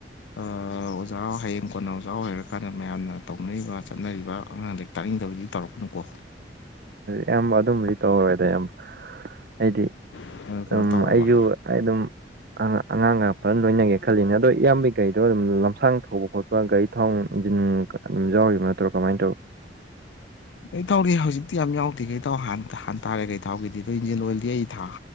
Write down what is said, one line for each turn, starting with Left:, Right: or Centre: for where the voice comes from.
Left: ꯑꯣꯖꯥ ꯍꯌꯦꯡ ꯀꯣꯟꯅ ꯑꯣꯖꯥ ꯑꯣꯏꯔꯀꯥꯟꯗ ꯃꯌꯥꯝꯅ ꯇꯧꯅꯔꯤꯕ ꯆꯠꯅꯔꯤꯕ ꯑꯉꯥꯡ ꯂꯔꯤꯛ ꯇꯥꯛꯅꯤꯡꯗꯕꯗꯤ ꯇꯧꯔꯛꯄꯅꯨꯀꯣ
Right: ꯑꯌꯥꯝꯕ ꯑꯗꯨꯝꯗꯤ ꯇꯧꯍꯔꯣꯏꯗ ꯑꯌꯥꯝꯕ ꯑꯩꯗꯤ
Left: ꯀꯩꯅꯣ
Right: ꯑꯗꯨꯝ
Left: ꯇꯧꯔꯣꯕ
Right: ꯑꯩꯁꯨ ꯑꯩ ꯑꯗꯨꯝ ꯑꯉꯥꯡ ꯉꯥꯛ ꯐꯅ ꯂꯣꯏꯅꯒꯦ ꯈꯜꯂꯤꯅꯦ ꯑꯗꯣ ꯏꯌꯥꯝꯕ ꯀꯩꯗꯣ ꯑꯗꯨꯝ ꯂꯝꯁꯥꯡ ꯊꯧꯕ ꯈꯣꯠꯄ ꯒꯥꯔꯤ ꯊꯥꯎ ꯏꯟꯖꯤꯟ ꯑꯗꯨꯝ ꯌꯥꯎꯔꯤꯕ ꯅꯠꯇ꯭ꯔꯣ ꯀꯃꯥꯏꯅ ꯇꯧ
Left: ꯀ ꯇꯧꯔꯤ ꯍꯧꯖꯤꯛꯇꯤ ꯌꯥꯝ ꯌꯥꯎꯗꯦ ꯀꯩ ꯇꯧ ꯍꯥꯟ ꯍ ꯇꯥꯔꯦ ꯀꯩ ꯊꯥꯎꯒꯤꯗꯤ ꯑꯗꯣ ꯏꯟꯖꯤꯟ ꯑꯣꯏꯜꯗꯤ ꯑꯩ ꯊꯥ